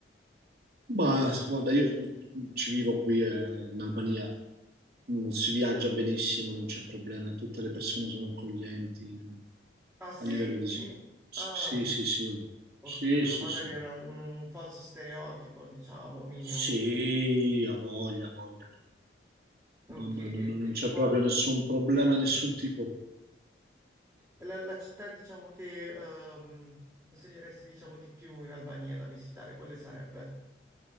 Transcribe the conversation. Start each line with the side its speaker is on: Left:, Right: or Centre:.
Right: Ma guarda, io ci vivo qui eh, in Albania, non si viaggia benissimo, non c'è problema, tutte le persone sono accoglienti non-
Centre: Ah sì?
Right: a livello di... Sì,
Centre: Ah,
Right: sì, sì, sì,
Centre: ok,
Right: sì,
Centre: allora
Right: sì,
Centre: magari
Right: sì,
Centre: era un, un falso stereotipo, diciamo, mio.
Right: Sì, ha voglia, ha voglia,
Centre: Ok,
Right: non, non-
Centre: e,
Right: non- non
Centre: e
Right: c'è
Centre: tipo,
Right: proprio nessun problema di nessun tipo.
Centre: la, la città, diciamo, che ehm, consiglieresti, diciamo, di più in Albania da visitare, quale sarebbe?